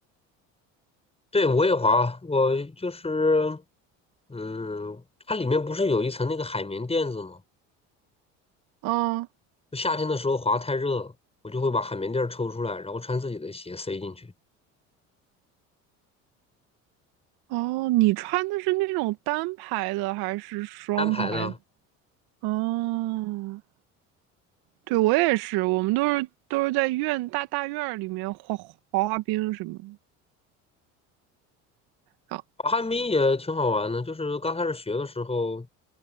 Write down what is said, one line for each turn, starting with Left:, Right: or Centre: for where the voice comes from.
Left: 对，我也滑啊，我就是，嗯，它里面不是有一层那个海绵垫子吗？
Right: 嗯，
Left: 就夏天的时候滑太热了我就会把海绵垫儿抽出来，然后穿自己的鞋塞进去，
Right: 哦，你穿的是那种单排的还是双排的？
Left: 单排的。
Right: 哦，对，我也是，我们都是都是在院大大院儿里面滑滑滑冰什么的。啊，
Left: 滑旱冰也挺好玩的，就是刚开始学的时候，